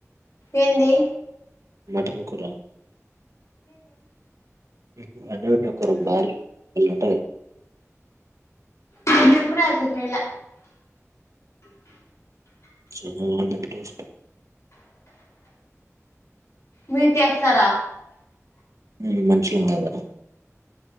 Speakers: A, on the left (about 65°); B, on the right (about 75°).
A: ఏందీ
B: డువ్వకుర మీకు అండి పెట్టిన కూరలు బార్లు అల్ల ఉంటాయి
A: నేను ఎప్పుడు అట్లా చెయ్యాల
B: సోమవారం అంటే ఇష్టం
A: మీర్ చేస్తారా
B: మేం మనుషులం కదా